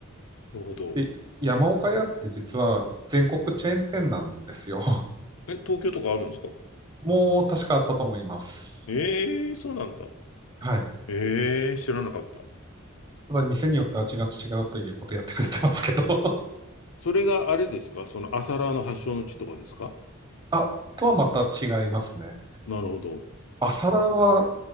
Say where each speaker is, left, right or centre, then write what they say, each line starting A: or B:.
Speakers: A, on the left; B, on the right.
A: なるほど。
B: で、山岡屋って実は全国チェーン店なんですよ。
A: え、東京とかあるんですか
B: もう確かあったと思います。
A: ええそうなんだ。
B: はい。
A: ええ知らなかった。
B: ただ店によって味が違うということやってくれてますけど <laughs>
A: それがあれですかその朝ラーの発祥の地とかですか
B: あ、とはまた違いますね。
A: なるほど。
B: 朝ラーは